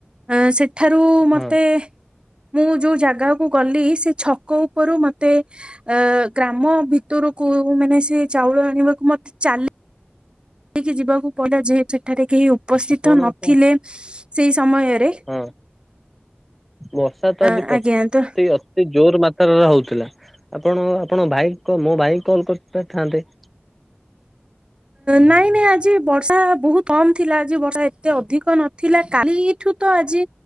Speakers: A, on the right; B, in the centre.
A: ଏଁ ସେ ଠାରୁ ମତେ
B: ହଁ।
A: ମୁଁ ଯୋଉ ଜାଗାକୁ ଗଲି ସେ ଛକ ଉପରୁ ମତେ ଆ ଗ୍ରାମ ଭିତରକୁ ମାନେ ସି ଚାଉଳ ଆଣି ବାକୁ ମଧ୍ୟ ଚାଲି କି ଯିବାକୁ ପଡିଲା ଯେହେତୁ ଏଠାରେ କେହି ଉପସ୍ଥିତ
B: ଆପଣଙ୍କ
A: ନଥିଲେ ସେଇ ସମୟରେ।
B: ହଁ ବର୍ଷା ତ
A: ଅ
B: ଆଜି ପ୍ରତି
A: ଆଜ୍ଞା ତ
B: ଆ ସେ ଜୋର ମାତ୍ରାରେ ହଉଥିଲା ଆପଣ ଆପଣ ଭାଇ ମୋ ଭାଇ କଲ୍ କରିପାରିଥାନ୍ତେ।
A: ନାଇଁ ନାଇଁ ଆଜି ବର୍ଷା ବହୁତ କମ ଥିଲା ଆଜି ବର୍ଷା ଏତେ ଅଧିକ ନଥିଲା କାଲି ଠୁ ତ ଆଜି